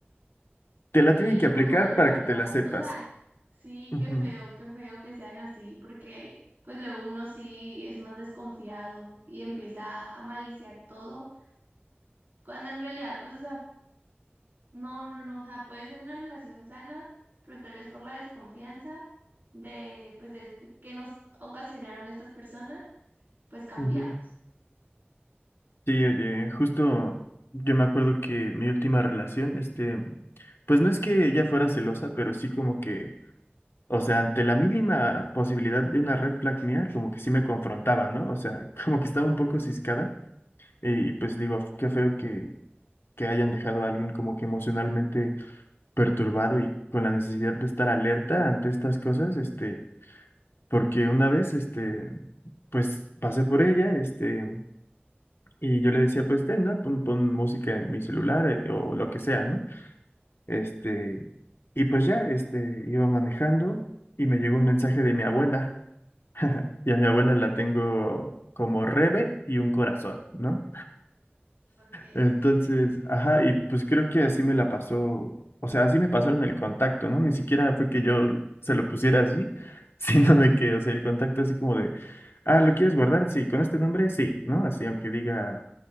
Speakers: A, on the left (about 75°); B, on the right (about 55°).
A: te la
B: Y
A: tienen
B: es
A: que
B: lo
A: aplicar
B: malo,
A: para
B: la verdad.
A: que te la sepas.
B: O sea, sí,
A: Ujú,
B: qué feo, qué feo que sean así, porque pues luego uno sí es más desconfiado y empieza a maliciar todo, cuando en realidad, pues, o sea, No, no, no, o sea, puede ser una relación sana, pero tal vez por la desconfianza de, pues, de esto que nos ocasionaron estas personas, pues cambiamos.
A: ujú. Sí, oye, justo yo me acuerdo que mi última relación, este, pues no es que ella fuera celosa, pero sí como que, o sea, ante la mínima posibilidad de una red flag mía, como que sí me confrontaba, ¿no? O sea, <laughs> como que estaba un poco ciscada y, y pues digo, qué feo que, que hayan dejado a alguien como que emocionalmente perturbado y con la necesidad de estar alerta ante estas cosas, este porque una vez, este, pues pasé por ella, este, y yo le decía, pues ten, ¿no? Pon, pon música en mi celular eh, o lo que sea, ¿no? Este, y pues ya, este, iba manejando y me llegó un mensaje de mi abuela, y a mi abuela la tengo como Rebe y un corazón, ¿no?
B: Okay.
A: Entonces, ajá, y pues creo que así me la pasó, o sea, así me pasaron el contacto, ¿no? Ni siquiera fue que yo se lo pusiera así, <laughs> sino de que, o sea, el contacto así como de, ah, ¿lo quieres guardar? Sí, con este nombre, sí, ¿no? Así, aunque diga